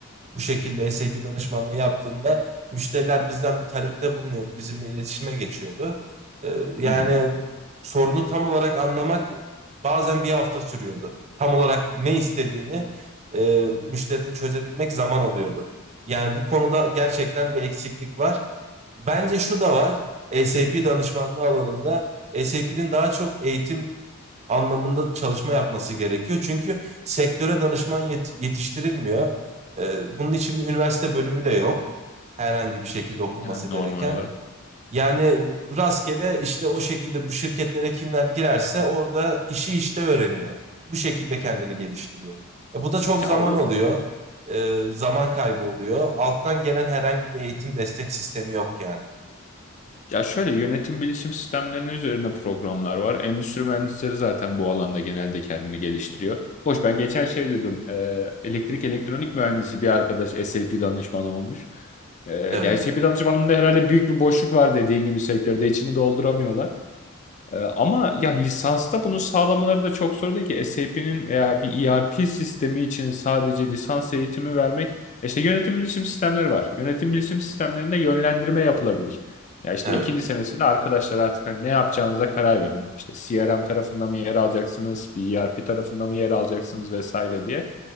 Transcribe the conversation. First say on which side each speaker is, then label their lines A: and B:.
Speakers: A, on the right; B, on the left.
A: bu şekilde SAP danışmanlığı yaptığımda müşteriler bizden bir talepte bulunuyordu. Bizimle iletişime geçiyordu. Ee, yani
B: Hı hı.
A: sorunu tam olarak anlamak bazen bir hafta sürüyordu. Tam olarak ne istediğini e, müşterinin çözebilmek zaman alıyordu. Yani bu konuda gerçekten bir eksiklik var. Bence şu da var. SAP danışmanlığı alanında SAP'nin daha çok eğitim anlamında çalışma yapması gerekiyor. Çünkü sektöre danışman yet- yetiştirilmiyor. Ee, bunun için bir üniversite bölümü de yok. Herhangi bir şekilde okunması
B: Yani
A: gereken.
B: normal olarak.
A: Yani rastgele işte o şekilde bu şirketlere kimler girerse orada işi işte öğreniyor. Bu şekilde kendini geliştiriyor. E, bu da çok
B: Ya
A: zaman
B: o
A: alıyor. E, zaman kaybı oluyor. Alttan gelen herhangi bir eğitim destek sistemi yok yani.
B: Ya şöyle yönetim bilişim sistemlerinin üzerine programlar var. Endüstri mühendisleri zaten bu alanda genelde kendini geliştiriyor. Hoş ben geçen şey dedim. e, elektrik elektronik mühendisi bir arkadaş SAP danışmanı olmuş. E, ya
A: Evet,
B: SAP danışmanlığında herhalde büyük bir boşluk var dediğin gibi sektörde içini dolduramıyorlar. Ee, Ama ya lisansta bunu sağlamaları da çok zor değil ki. SAP'nin veya bir ERP sistemi için sadece lisans eğitimi vermek. işte yönetim bilişim sistemleri var. Yönetim bilişim sistemlerinde yönlendirme yapılabilir. Ya işte
A: evet.
B: ikinci senesinde arkadaşlar artık hani ne yapacağınıza karar verin. İşte CRM tarafında mı yer alacaksınız, bir ERP tarafında mı yer alacaksınız vesaire diye.